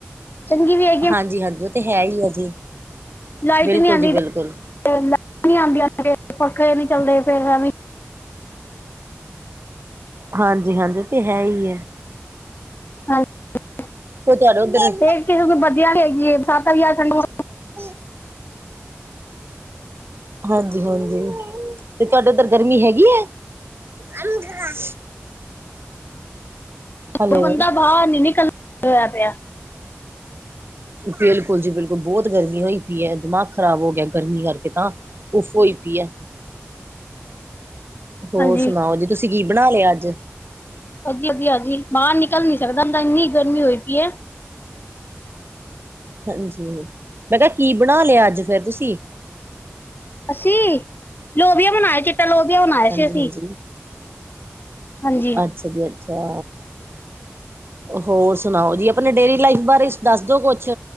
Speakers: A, on the left (about 45°); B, on the right (about 55°).
A: ਚੰਗੀ ਵੀ ਏ
B: ਹਾਂਜੀ-ਹਾਂਜੀ ਉਹ ਤੇ ਹੈ ਹੀ ਆ ਜੀ।
A: ਲਾਈਟ
B: ਬਿਲਕੁਲ
A: ਨੀ ਆਂਦੀ,
B: ਜੀ ਬਿਲਕੁਲ
A: ਲਾਈਟ ਨੀ ਆਉਂਦੀ ਪੱਖੇ ਨੀ ਚੱਲਦੇ ਫਿਰ ਐਵੀ
B: ਹਾਂਜੀ-ਹਾਂਜੀ ਇਹ ਤੇ ਹੈ ਈ ਏ।
A: ਹਾਂਜੀ,
B: ਤੇ ਤੁਹਾਡੇ ਉੱਧਰ
A: ਤੇ ਕਿਸ ਵਧੀਆ ਵੀ ਹੈਗੀ ਸਤ ਹਜ਼ਾਰ ਸਡੂੰ
B: <unintelligible> ਹਾਂਜੀ-ਹਾਂਜੀ, ਤੇ ਤੁਹਾਡੇ ਉਧਰ ਗਰਮੀ ਹੈਗੀ ਏ? <unintelligible> ਹੈਲੋ
A: ਉਹ ਬੰਦਾ ਬਾਹਰ ਨੀ ਨਿਕਲ, ਹੋਇਆ ਪਿਆ।
B: ਬਿਲਕੁਲ ਜੀ ਬਿਲਕੁਲ ਬਹੁਤ ਗਰਮੀ ਹੋਈ ਪਈ ਏ, ਦਿਮਾਗ ਖ਼ਰਾਬ ਹੋ ਗਿਆ ਗਰਮੀ ਕਰਕੇ ਤਾਂ। ਉਫ ਹੋਈ ਪਈ ਏ, ਹੋਰ
A: ਹਾਂਜੀ
B: ਸੁਣਾਓ ਜੀ ਤੁਸੀਂ ਕੀ ਬਣਾ ਲਿਆ ਅੱਜ?
A: ਅੱਗ ਲੱਗੀ ਆ ਜੀ, ਬਾਹਰ ਨਿਕਲ ਨੀ ਸਕਦਾ ਹੁਣ ਤਾਂ ਇੰਨੀ ਗਰਮੀ ਹੋਈ ਪਈ ਏ।
B: ਹਾਂਜੀ, ਮੈਂ ਕਿਹਾ ਕੀ ਬਣਾ ਲਿਆ ਅੱਜ ਫਿਰ ਤੁਸੀਂ?
A: ਅਸੀਂ, ਲੋਬਿਆ ਬਣਾਇਆ ਚਿੱਟਾ ਲੋਬਿਆ ਬਨਾਇਆ ਸੀ
B: ਹਾਂਜੀ
A: ਅਸੀਂ।
B: ਹਾਂਜੀ
A: ਹਾਂਜੀ
B: ਅੱਛਾ ਜੀ ਅੱਛਾ। ਹੋਰ ਸੁਣਾਓ ਜੀ ਆਪਣੇ ਡੇਲੀ ਲਾਈਫ ਬਾਰੇ ਦੱਸ ਦੋ ਕੁਛ,